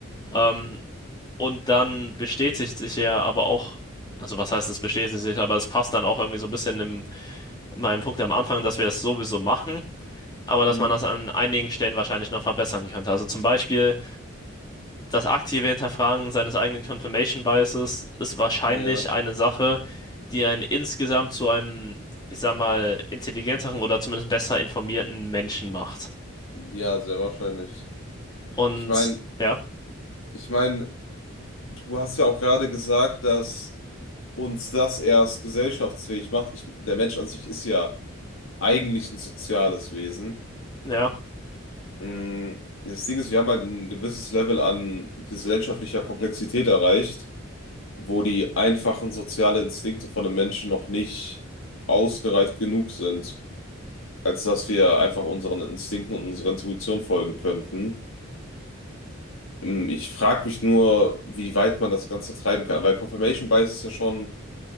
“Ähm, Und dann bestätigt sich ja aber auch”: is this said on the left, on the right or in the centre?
Left